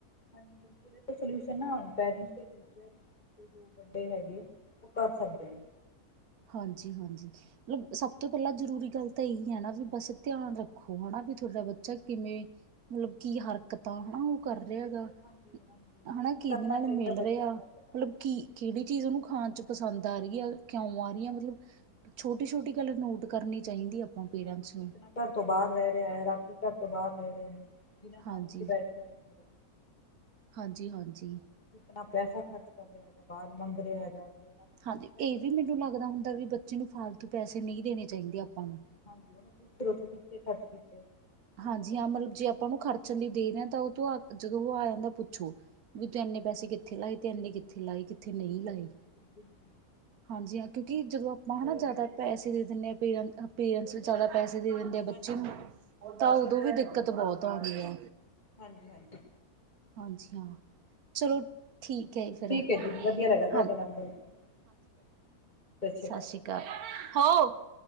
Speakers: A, on the left; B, on the right.
A: ਹਾਂਜੀ ਬਿਲਕੁਲ ਇਹ ਸੋਲਿਊ ਨਾ ਪੈਰਟਸ ਜੋ ਵੱਡੇ ਹੈਗੇ। ਉਹ ਕਰ ਸਕਦੇ ਨੇ।
B: ਹਾਂਜੀ-ਹਾਂਜੀ। ਮਤਲਬ ਸਭ ਤੋਂ ਪਹਿਲਾਂ ਜਰੂਰੀ ਗੱਲ ਤਾਂ ਇਹੀ ਏ ਨਾ ਵੀ ਬਸ ਧਿਆਨ ਰੱਖੋ ਹਨਾ ਵੀ ਬੱਚਾ ਕਿਵੇਂ ਮਤਲਬ ਕੀ ਹਰ- ਕਤਾਂ ਹਨਾ ਉਹ ਕਰ ਰਿਹਾਗਾ
A: ਬਿਲਕੁਲ
B: ਹਨਾ,
A: ਹਾਂਜੀ ਹਾਂਜੀ ਨੋਟਿਸ
B: ਕਿਦੇ
A: ਕਰਨਾ
B: ਨਾਲ
A: ਚਾਹੀਦਾ
B: ਮਿਲ
A: ਬੱਚਿਆਂ
B: ਰਿਹਾ।
A: ਦੀ
B: ਮਤਲਬ
A: ਹਰਕਤਾਂ ਨੂੰ
B: ਕੀ ਕਿਹੜੀ ਚੀਜ਼ ਉਹਨੂੰ ਖਾਣ 'ਚ ਪਸੰਦ ਆ ਰਹੀ ਆ। ਕਿਉ ਆ- ਰਹੀ ਆ ਮਤਲਬ ਛੋਟੀ-ਛੋਟੀ ਗੱਲ ਨੋਟ ਕਰਨੀ ਚਾਹੀਦੀ ਆਪਾਂ ਪੇਰੈਂਟਸ
A: ਹਾਂ
B: ਨੂੰ।
A: ਕਿਤਨਾ ਘਰ ਤੋਂ ਬਾਹਰ ਰਹਿ ਰਿਹਾ ਏ, ਰਾਤੀ ਘਰ ਤੋਂ ਬਾਹਰ ਰਹਿ ਰਿਹਾ ਏ। ਕਿਨੇ ਨਾਲ
B: ਹਾਂਜੀ।
A: ਉਥ ਬੈਠ ਰਿਹਾ ਹੈਗਾ।
B: ਹਾਂਜੀ-ਹਾਂਜੀ।
A: ਕਿਤਨਾ ਪੈਸਾ ਖਰਚ ਕਰ ਰਿਹਾ ਹੈਗਾ ਬਾਹਰ ਮੰਗ ਰਿਹਾ ਹੈਗਾ ਦੇਣਾ। ਪੁੱਛ
B: ਹਾਂਜੀ,
A: ਲੈਣਾ
B: ਇਹ
A: ਚਾਹੀਦਾ
B: ਵੀ ਮੈਨੂੰ
A: ਹੈ
B: ਲੱਗਦਾ ਹੁੰਦਾ ਵੀ ਬੱਚੇ ਨੂੰ ਫਾਲਤੂ ਪੈਸੇ ਨਹੀਂ ਦੇਣੇ ਚਾਹੀਦੇ ਆਪਾਂ ਨੂੰ।
A: ਹਾਂਜੀ, ਉਹਨੂੰ ਪੁੱਛ ਲਵੋ ਤੂੰ ਕਿੱਥੇ ਖਰਚ ਕੀਤੇ। ਕਿੰਨੇ
B: ਹਾਂਜੀ
A: ਬੱਚੇ
B: ਹਾਂ, ਮਤਲਬ
A: ਦੇ
B: ਜੇ ਆਪਾਂ ਉਹਨੂੰ ਖਰਚਣ ਲਈ ਦੇ ਰਹੇ ਹਾਂ ਤਾਂ ਉਹ ਤੂੰ ਜਦੋਂ ਉਹ ਆ ਜਾਂਦਾ ਪੁੱਛੋ। ਵੀ ਤੂੰ
A: ਹਾਂਜੀ
B: ਇੰਨੇ ਪੈਸੇ ਕਿੱਥੇ ਲਾਏ ਤੇ ਇੰਨੇ ਕਿੱਥੇ ਲਾਏ ਕਿੱਥੇ ਨਹੀਂ
A: ਬਿਲਕੁਲ
B: ਲਾਏ
A: ਜੀ ਬਿਲਕੁਲ
B: <inaudible>
A: ਬਿਲਕੁਲ
B: ਹਾਂਜੀ ਹਾਂ, ਕਿਉਂਕਿ ਜਦੋਂ ਆਪਾਂ ਹਨਾ ਜ਼ਿਆਦਾ ਪੈਸੇ ਦੇ ਦਿੰਦੇ ਹਾਂ ਪਰਟ ਪੇਰੈਂਟਸ ਜ਼ਿਆਦਾ ਪੈਸੇ ਦੇ ਦਿੰਦੇ ਬੱਚੇ
A: ਹਾਂਜੀ
B: ਨੂੰ <inaudible> ਤਾਂ ਉਦੋਂ ਵੀ ਦਿੱਕਤ ਬਹੁਤ ਆਉਂਦੀ ਆ।
A: ਹਾਂਜੀ-ਹਾਂਜੀ।
B: ਹਾਂਜੀ ਹਾਂ। ਚਲੋ ਠੀਕ ਹੈ ਜੀ ਫਿਰ
A: ਠੀਕ ਹੈ ਜੀ, ਵਧੀਆ ਲੱਗਾ ਤੁਹਾਡੇ
B: ਹਾਂ
A: ਨਾਲ ਗੱਲ ਕਰ <inaudible> ਅੱਛਾ
B: ਸਸ਼੍ਰੀ ਕਾਲ, ਹੋ।